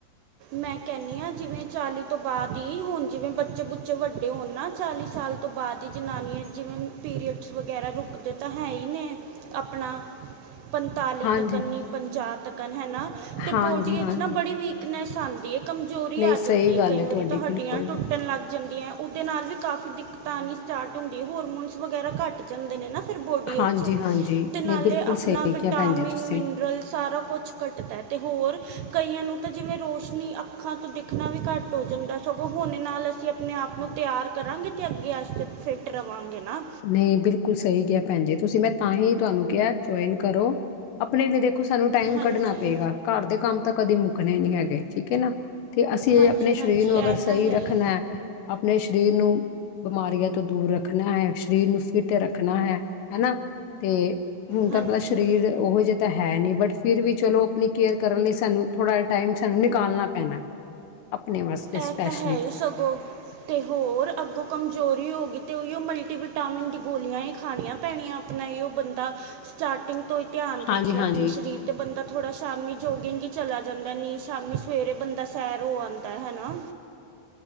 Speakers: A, on the right (about 80°); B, on the left (about 75°).
A: ਮੈਂ ਕਹਿੰਦੀ ਹਾਂ ਜਿਵੇਂ ਚਾਲੀ ਤੋਂ ਬਾਅਦ ਹੀ ਹੁਣ ਜਿਵੇਂ ਬੱਚੇ-ਬਚੇ ਵੱਡੇ ਹੋਣ ਨਾ ਚਾਲੀ ਸਾਲ? ਤੋਂ ਬਾਅਦ ਹੀ ਜਨਾਨੀਆਂ ਜਿਵੇਂ ਪੀਰੀਅਡਸ ਵਗੈਰਾ ਰੁਕਦੇ ਤਾਂ ਹੈ ਹੀ ਨੇ ਆਪਣਾ। ਪੰਤਾਲੀ
B: ਹਾਂਜੀ
A: ਤੱਕ ਨੀ ਪੰਜਾਹ ਤੱਕ ਹੈਨਾ ਤੇ
B: ਹਾਂਜੀ
A: ਬੋਡੀ ਵਿੱਚ
B: ਹਾਂਜੀ
A: ਨਾ ਬੜੀ ਵੀਕ ਵੀਕਨੈਸ ਆਂਦੀ ਹੈ ਕਮਜ਼ੋਰੀ
B: ਨਹੀਂ
A: ਆ
B: ਸਹੀ
A: ਜਾਂਦੀ
B: ਗੱਲ
A: ਹੈ ਕਈ
B: ਤੁਹਾਡੀ
A: ਵਾਰੀ ਤਾਂ
B: ਬਿਲਕੁਲ
A: ਹੱਡੀਆਂ ਟੁੱਟਣ ਲੱਗ ਜਾਂਦੀਆਂ ਉਹਦੇ ਨਾਲ ਵੀ ਕਾਫ਼ੀ ਦਿੱਕਤਾਂ ਆਨੀ ਸਟਾਰਟ ਹੁੰਦੀ ਹੋਰਮੋਨਸ ਵਗੈਰਾ ਘੱਟ ਜਾਂਦੇ ਨੇ ਨਾ ਫਿਰ ਬੋ ਡੇ
B: ਹਾਂਜੀ-ਹਾਂਜੀ
A: ਚ ਨਾਲੇ
B: ਨਹੀਂ ਬਿਲਕੁਲ
A: ਆਪਣਾ
B: ਸਹੀ
A: ਵਿਟਾਮਿਨ
B: ਕਿਹਾ ਭੈਣ ਜੀ ਤੁਸੀਂ।
A: ਮੈਂ ਰਲ ਸਾਰਾ ਕੁਛ ਘੱਟਦਾ ਅਤੇ ਹੋਰ ਕਈਆਂ ਨੂੰ ਤਾਂ ਜਿਵੇਂ ਰੋਸ਼ਨੀ ਅੱਖਾਂ ਤੋਂ ਦਿਖਣਾ ਵੀ ਘੱਟ ਹੋ ਜਾਂਦਾ ਸਗੋਂ ਹੁਣੇ ਨਾਲ ਅਸੀਂ ਆਪਣੇ ਆਪ ਨੂੰ ਤਿਆਰ ਕਰਾਂਗੇ ਅਤੇ ਅੱਗੇ ਅਸੀ ਤਾਂ ਫਿੱਟ ਰਵਾਂਗੇ ਨਾ
B: ਨਹੀਂ ਬਿਲਕੁਲ ਸਹੀ ਕਿਹਾ ਭੈਣ ਜੀ ਤੁਸੀਂ ਮੈਂ ਤਾਂ ਹੀ ਤੁਹਾਨੂੰ ਕਿਹਾ ਜੁਆਇਨ ਕਰੋ ਆਪਣੇ ਲਈ ਦੇਖੋ ਸਾਨੂੰ ਟਾਈਮ
A: ਹਾਂਜੀ
B: ਕੱਢਣਾ ਪਏਗਾ ਘਰ ਦੇ ਕੰਮ ਤਾਂ ਕਦੇ ਮੁੱਕ ਮੁਕਣੇ ਨੀ ਹੈਗੇ ਠੀਕ ਹੈ ਨਾ ਤੇ ਅਸੀਂ
A: ਹਾਂਜੀ
B: ਆਪਣੇ
A: ਹਾਂਜੀ
B: ਸਰੀਰ ਨੂੰ
A: ਇਹ
B: ਅਗਰ ਸਹੀ
A: ਤਾਂ ਹੈ
B: ਰੱਖਣਾ
A: ਹੀ
B: ਅਪਣੇ ਸਰੀਰ ਨੂੰ ਬਿਮਾਰੀਆਂ ਤੋਂ ਦੂਰ ਰੱਖਣਾ ਹੈ ਸਰੀਰ ਨੂੰ ਫਿਟ ਰੱਖਣਾ ਹੈ ਹੈਨਾ ਤੇ ਹੁਣ ਤੂੰ
A: ਹਾਂਜੀ
B: ਪਤਾ ਸਰੀਰ ਉਹੋ ਜਿਹੇ ਤਾਂ ਹੈ ਨਹੀਂ ਬਟ ਫਿਰ ਵੀ ਚਲੋ ਆਪਣੀ ਕੇਅਰ ਕਰਨ ਲਈ ਸਾਨੂੰ ਥੋੜਾ ਜਹਾ ਟਾਈਮ ਸਾਨੂੰ ਨਿਕਾਲਣਾ ਪੈਣਾ ਅਪਣੇ ਵਾਸਤੇ
A: ਇਹ
B: ਸਪੈਸ਼ਲੀ
A: ਤਾਂ ਹੈ ਹੀ ਸਗੋਂ ਅਤੇ ਹੋਰ ਅੱਗੋਂ ਕਮਜ਼ੋਰੀ ਹੋ ਗਈ ਅਤੇ ਉਹੀਓ ਮਲਟੀਵਿਟਾਮਿਨ ਦੀ ਗੋਲੀਆਂ ਹੀ ਖਾਣੀਆਂ ਪੈਣੀਆਂ ਨਹੀਂ ਉਹ ਬੰਦਾ ਸਟਾਰਟਿੰਗ ਤੋਂ ਹੀ ਧਿਆਨ
B: ਹਾਂਜੀ-ਹਾਂਜੀ।
A: ਰੱਖੇ ਅਪਣੇ ਸ਼ਰੀਰ ਅਤੇ ਬੰਦਾ ਥੋੜਾ ਸ਼ਾਮ ਜੋਗਿੰਗ ਹੀ ਚਲਾ ਜਾਂਦਾ ਨਹੀਂ ਸ਼ਾਮੀ ਸਵੇਰੇ ਬੰਦਾ ਸੈਰ ਹੋ ਆਂ ਦਾ ਹੈਨਾ